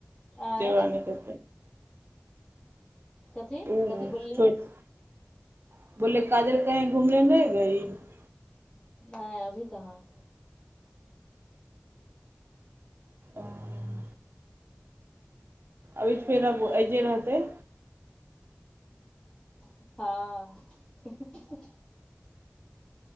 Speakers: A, on the left; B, on the right.
A: आँय
B: देवरानी कतेक।
A: कथी-कथी
B: ओ
A: बोललियै।
B: छोट <unintelligible>
A: नहि अभी कहाँ।
B: ओ <unintelligible> अभी फेर आब ऐजे रहतै।
A: हँ‌ हू-हू-हू-हू